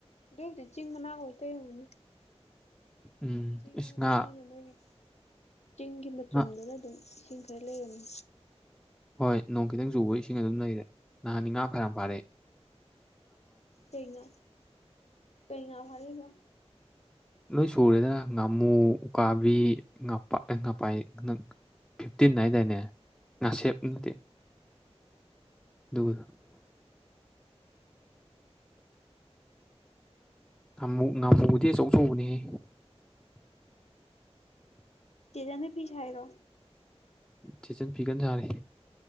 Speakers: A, on the left; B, in the centre.
A: ꯗꯨꯕꯨꯗꯤ ꯆꯤꯡ ꯃꯅꯥꯛ ꯑꯣꯏ ꯇꯩꯅꯤꯅꯦ
B: ꯎꯝ
A: ꯆꯤꯡ
B: ꯏꯁ
A: ꯃꯅꯥꯛꯅꯤꯅ
B: ꯉꯥ
A: ꯅꯣꯏꯗꯤ ꯆꯤꯡꯒꯤ ꯃꯆꯨꯝꯗꯨꯅ
B: ꯉꯥ
A: ꯑꯗꯨꯝ ꯏꯁꯤꯡ ꯈꯔ ꯂꯩꯔꯝꯅꯤ
B: ꯍꯣꯏ ꯅꯣꯡ ꯈꯤꯇꯪ ꯆꯨꯕ ꯏꯁꯤꯡ ꯑꯗꯨꯝ ꯂꯩꯔꯦ ꯅꯍꯥꯟꯅꯤ ꯉꯥ ꯐꯅꯌꯥꯝ ꯐꯥꯔꯛꯏ
A: ꯀꯩꯩꯉꯥ ꯀꯩꯩꯉꯥ ꯐꯥꯔꯛꯏꯅꯣ
B: ꯂꯣꯏ ꯁꯨꯔꯦꯗ ꯉꯥꯃꯨ ꯎꯀꯥꯕꯤ ꯉꯥꯄꯥꯛ ꯉꯄꯥꯏ ꯐꯤꯐꯇꯤꯟ ꯍꯥꯏꯗꯥꯏꯅꯦ ꯉꯥꯁꯦꯞ
A: ꯎꯝ
B: ꯅꯠꯇꯦ ꯑꯗꯨꯒ ꯊꯥꯃꯨ ꯉꯃꯨꯕꯨꯗꯤ ꯑꯆꯧꯆꯧꯕꯅꯦꯍꯦ
A: ꯇꯦꯔꯦꯟꯅ ꯐꯤ ꯁꯥꯏꯔꯣ
B: ꯊꯦꯠꯆꯟ ꯐꯤ ꯀꯟ ꯁꯥꯔꯤ